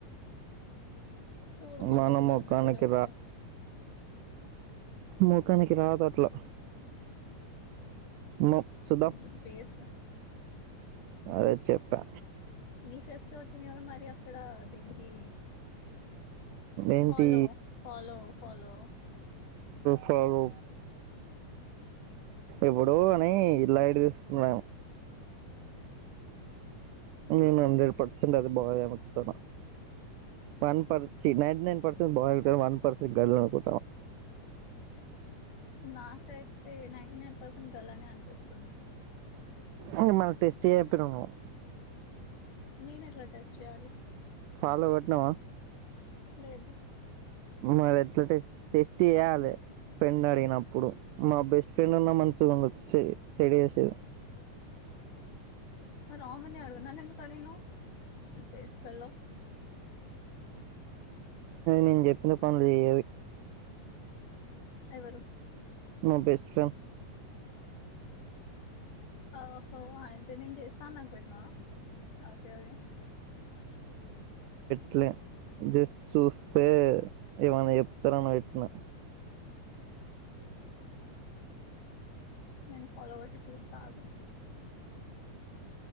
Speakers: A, on the left; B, on the right.
A: చూడు మళ్ళ
B: మన
A: ఒకవేళ
B: ముఖానికి
A: మెసేజ్ వస్తే
B: మొఖానికి రాద్ అట్లా మ చూద్దాం
A: నీ ఫేస్
B: అదే చెప్పా
A: ఈ ఫెస్ట్ వచ్చింది కదా మరి అక్కడ అదేంటి
B: ఏంటి
A: ఫలో ఫలో ఫలో
B: ఫాలో ఇప్పుడు అనీ లైట్ తీసుకున్నాన్ నేను హండ్రెడ్ పర్సెట్ అది బాయ్ అనుకుంటున్న వన్ పర్ చి నైటీ నైన్ పర్సెంట్ బాయ్ ఉంటది, వన్ పర్సెంట్ గర్ల్ ది అనుకుంటాన్న.
A: నాకైతే నైన్టీ నైన్ పర్సంట్ గర్ల్ అనే అనిపిస్తుంది
B: ఇంగ మళ్ళీ టెస్ట్ ఏపినావ్ నువ్
A: నేన ఎట్లా టెస్ట్ చేయాలి
B: ఫాలో కొట్నావా
A: లేదు
B: మరి ఎట్లా టెస్ టెస్ట్ చేయాలే, ఫ్రెండ్ అడిగినప్పుడు మా బెస్. ఫ్రెండ్ ఉన్నా మంచుగా ఉండొచ్చు చె చెడు చేసేది
A: మరి ఆమెనే అడుగు నన్నెందుకు అడిగినావ్ వాస్తేఫెల్లో
B: నేను చెప్పిన పనులు చేయది
A: ఎవరు
B: మా బెస్ట్ ఫ్రెండ్
A: ఓహో అన్ అంటే నేను చేస్తా అని నాకు పెట్టినావ ఓకే మరి
B: ట్లే జస్ట్ చూస్తే ఏమనా చెప్తారని వెట్నా
A: నేను ఫాలో కొట్టి చూస్తా ఆగు